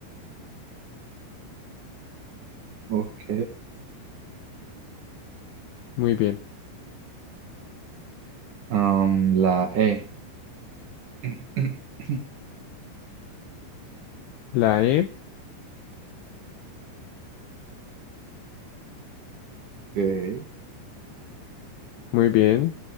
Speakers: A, on the right (about 55°); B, on the left (about 80°).
A: Ok.
B: muy bien.
A: Am, la E. <clears throat>
B: La E,
A: Ok.
B: muy bien.